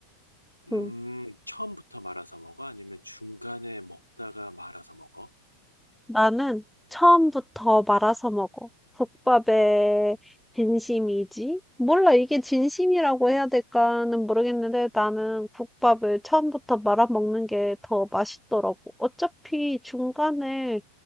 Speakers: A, on the left (about 85°); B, in the centre.
A: 음,
B: 응.
A: 처음부터 말아서 먹어? 아니면 중간에 먹다가 말아서 먹어?
B: 나는 처음부터 말아서 먹어. 국밥에 진심이지? 몰라, 이게 진심이라고 해야 될까는 모르겠는데 나는 국밥을 처음부터 말아먹는 게 더 맛있더라고. 어차피 중간에